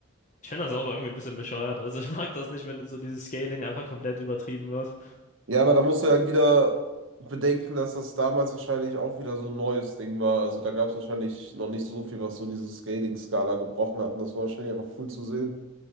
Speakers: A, on the left; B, on the right.
A: Ich finde das auch irgendwie ein bisschen bescheuert. Also ich mag das nicht, wenn so dieses Scaling einfach komplett übertrieben wird.
B: Ja, aber da musst du ja halt wieder bedenken, dass das damals wahrscheinlich auch wieder so ein neues Ding war. Also da gab es wahrscheinlich noch nicht so viel, was so diese Scaling-Skala gebrochen hat. Und das war wahrscheinlich einfach cool zu sehen.